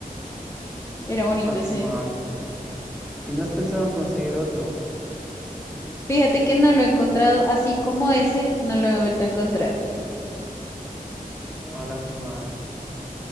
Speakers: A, on the left; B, in the centre.
A: era bonito
B: Ah,
A: ese.
B: qué mal. ¿Y no has pensado en conseguir otro?
A: Fíjate que no lo he encontrado así como ese, no lo he vuelto a encontrar.
B: Ah, qué mal.